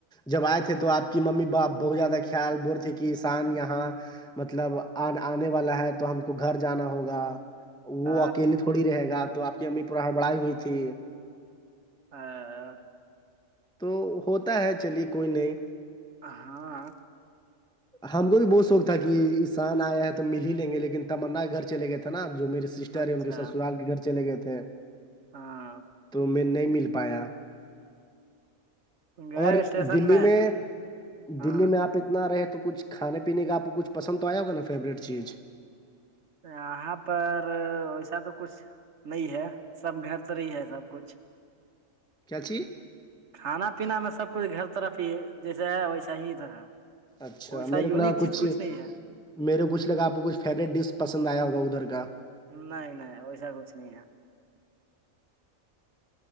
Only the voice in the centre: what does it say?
جب آئے تھے تو آپ کی ممی باپ بہت زیادہ خیال بول تھے کہسان یہاں مطلب آنے والا ہے تو ہم کو گھر جانا ہوگا وہ
اکیلے تھوڑی رہے گا تو آپ کی امی پورا ہڑبڑائی ہوئی تھی
تو ہوتا ہے چلیے کوئی نہیں
ہم کو بھی بہت شوق تھا
کہ انسان آیا ہے تو مل ہی لیں گے لیکن تمنا گھر چلے گئے تھے نا جو میرے سسٹر
ہے ان کے سسرال کے گھر چلے گئے تھے
تو میں نہیں مل پایا
اور
دلی میں
دلی میں آپ آپ اتنا رہے تو کچھ کھانے پینے کا آپ کو کچھ پسند تو آیا ہوگا نا فیوریٹ چیز
کیاچ
اچھا
میرے
کو
کچھ
میرے کو کچھ لگا آپ کو کچھ فیوریٹ ڈس پسند آیا ہوگا ادھر کا